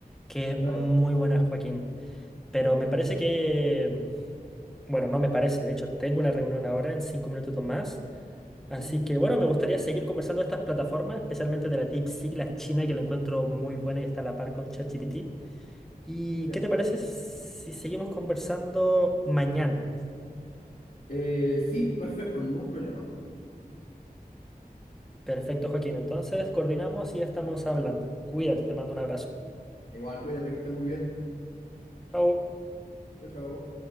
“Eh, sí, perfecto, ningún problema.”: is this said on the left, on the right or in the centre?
Left